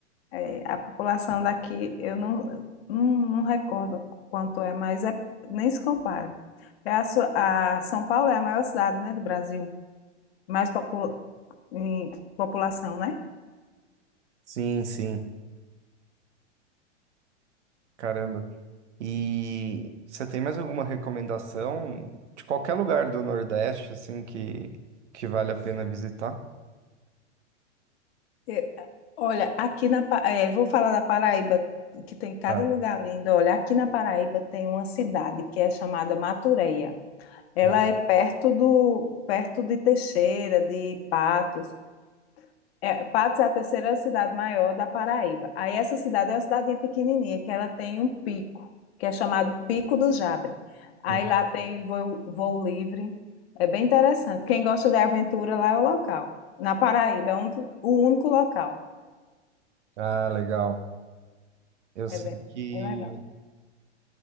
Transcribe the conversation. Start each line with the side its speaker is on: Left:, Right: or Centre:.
Left: É, a população daqui, eu não, não, não recordo quanto é, mas é, nem se compara. É a sua- a São Paulo é a maior cidade, né, do Brasil, mais popu- em população, né?
Right: Sim, sim. Caramba. E você tem mais alguma recomendação de qualquer lugar do Nordeste, assim, que, que vale a pena visitar?
Left: Eu- olha, aqui na, Pa- eh, vou falar da Paraíba, que tem cada
Right: Ah,
Left: lugar lindo. Olha, aqui na Paraíba tem uma cidade que é chamada Matureia. Ela
Right: sim,
Left: é perto do, perto de Teixeira, de Patos. É, Patos é a terceira cidade maior da Paraíba. Aí essa cidade é uma cidadinha pequenininha, que ela tem um pico, que é chamado Pico do Jabre. Aí
Right: sim.
Left: lá tem voo, voo livre. É bem interessante. Quem gosta de aventura lá é o local. Na Paraíba, é um- o único local.
Right: Ah, legal. Eu sei
Left: É bem,
Right: que.
Left: bem legal.